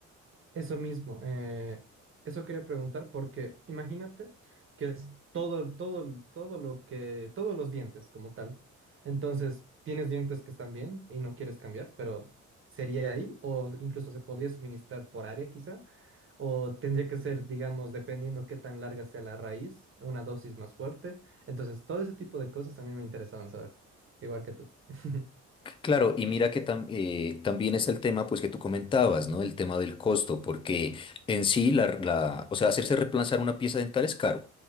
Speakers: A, on the right; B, on the left.
A: Eso mismo, eh, eso quería preguntar porque imagínate que es todo, todo, todo lo que, todos los dientes como tal. Entonces, tienes dientes que están bien y no quieres cambiar, pero ¿sería ahí? O incluso se podría suministrar por área quizá, o tendría que ser, digamos, dependiendo qué tan larga sea la raíz, una dosis más fuerte. Entonces, todo ese tipo de cosas a mí me interesaban saber, igual que tú. <laughs>
B: Claro, y mira que tam- eh, también es el tema pues que tú comentabas, ¿no? El tema del costo, porque en sí, la, la- o sea, hacerse reemplazar una pieza dental es caro,